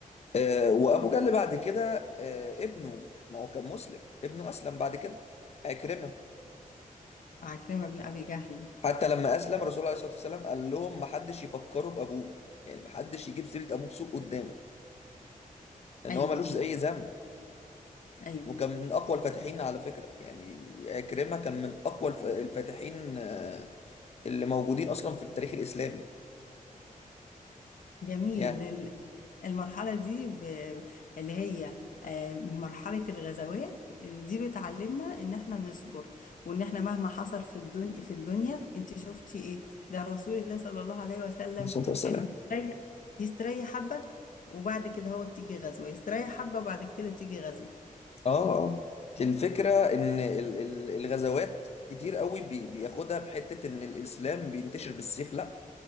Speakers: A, on the left; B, on the left.
A: آه، وابو جهل بعد كده آه، ابنه ما هو كان مسلم ابنه اسلم بعد كده عكرمه
B: عكرمة بن أبي جهل
A: حتى لما اسلم الرسول عليه الصلاه والسلام قال لهم ما حدش يفكروا بابوه يعني ما حدش يجيب سيره ابوه بسوء قدامه ان
B: أيوه
A: هو ملوش اي ذنب
B: أيوه
A: وكان من اقوى الفاتحين على فكره يعني عكرمه كان من اقوى الف- الفاتحين آه، اللي موجودين اصلا في التاريخ الاسلامي
B: جميل
A: يعني عليه
B: المرحلة دي ب... اللي هي آه، مرحلة الغزوات دي بتعلمنا ان احنا نصبر وان احنا مهما حصل في الدنيا في الدنيا انت شفتي ايه ده رسول الله صلى الله عليه وسلم
A: الصلاه والسلام
B: كان يستريح يستريح حبة وبعد كده هو تيجي غزوة يستريح حبة وبعد كده تيجي غزوة
A: اه آه. الفكره ان ال- ال- الغزوات كتير قوي بي- بياخدها بحته ان الاسلام بينتشر بالسيف لا